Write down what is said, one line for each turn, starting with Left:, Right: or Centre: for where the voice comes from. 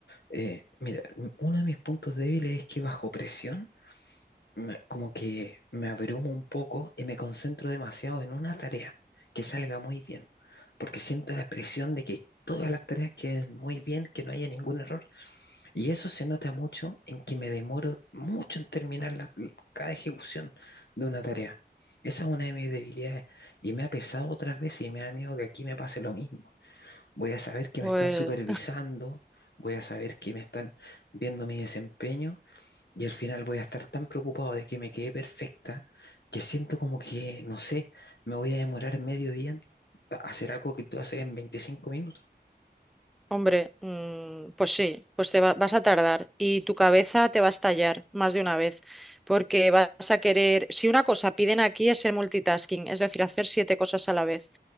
Left: Eh, mira, m- uno de mis puntos débiles es que bajo presión me- como que me abrumo un poco y me concentro demasiado en una tarea que salga muy bien, porque siento la presión de que todas las tareas queden muy bien, que no haya ningún error. Y eso se nota mucho en que me demoro mucho en terminar la- cada ejecución de una tarea. Esa es una de mis debilidades y me ha pesado otras veces y me da miedo que aquí me pase lo mismo. Voy a saber que
Centre: Pues,
Left: me están supervisando, voy a saber que me están viendo mi desempeño y al final voy a estar tan preocupado de que me quede perfecta que siento como que, no sé, me voy a demorar medio día en hacer algo que tú haces en veinticinco minutos.
Centre: hombre, mm, pues sí, pues te va- vas a tardar y tu cabeza te va a estallar más de una vez, porque vas a querer, si una cosa piden aquí es el multitasking, es decir, hacer siete cosas a la vez.